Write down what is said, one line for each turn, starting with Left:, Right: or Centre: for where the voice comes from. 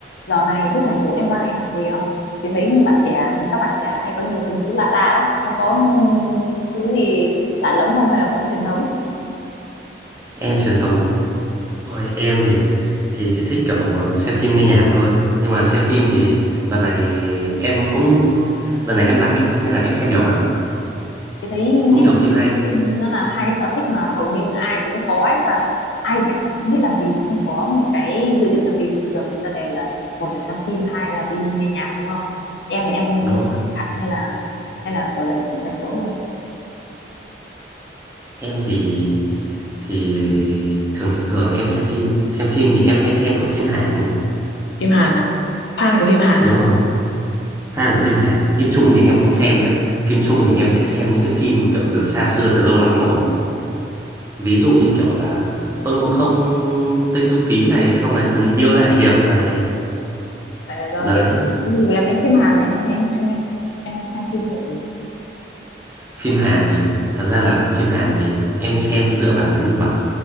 Left: Dạo này lúc rảnh rỗi em có hay làm gì không? Chị thấy bạn trẻ, các bạn trẻ là hay có nhiều hứng thú lạ lạ lắm. Em có hứng thú gì lạ lẫm không hay là vẫn truyền thống?
Right: em truyền thống thôi em thì thì chỉ thích kiểu ờ, xem phim nghe nhạc thôi nhưng mà xem phim thì đợt này em cũng đợt này em rảnh ấy nên là em xem nhiều lắm
Left: Chị thấy nghe
Right: cũng nhiều
Left: nhạc
Right: phim
Left: và
Right: hay
Left: xem phim nó là hai cái sở thích mà hầu như ai cũng có ấy và ai rảnh mà không biết làm gì mà không có một cái dự định làm gì thường thường người ta đều là một là xem phim hai là đi nghe nhạc đúng không? Em thì em
Right: đúng không
Left: xem hẳn hay là hay là gọi là lúc rảnh rỗi thôi.
Right: em thì thì thường thường là em xem phim xem phim thì em hay xem kiểu phim Hàn ấy
Left: phim Hàn à fan của phim Hàn
Right: đúng
Left: à
Right: rồi fan của phim Hàn phim Trung thì em không xem nhá phim Trung thì em sẽ xem những cái phim kiểu từ xa xưa từ lâu lắm rồi ví dụ như kiểu là Tôn Ngộ Không Tây Du Ký này xong rồi Thần Điêu Đại Hiệp này
Left: Vậy là do
Right: đấy
Left: cái gu của em ấy phim Hàn ấy hay hay, hay em em hay xem phim kiểu gì?
Right: phim Hàn thì thật ra là phim Hàn thì em xem dựa vào là nhân vật